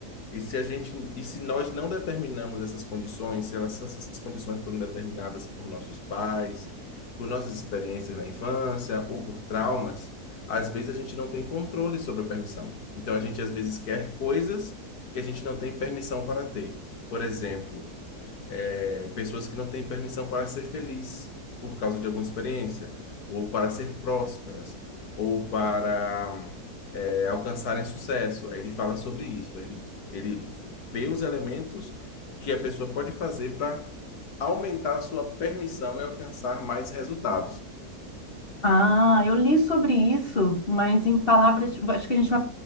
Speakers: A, on the left; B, on the left.
A: E se a gente, e se nós não determinamos essas condições, se elas- se essas condições foram determinadas por nossos pais, por nossas experiências na infância ou por traumas, às vezes a gente não tem controle sobre a permissão. Então a gente às vezes quer coisas que a gente não tem permissão para ter. Por exemplo, é, pessoas que não têm permissão para ser feliz por causa de alguma experiência, ou para ser prósperas, ou para é, alcançarem sucesso. Aí ele fala sobre isso, ele, ele vê os elementos que a pessoa pode fazer para aumentar a sua permissão e alcançar mais resultados.
B: Ah, eu li sobre isso, mas em palavras, tipo, acho que a gente vai,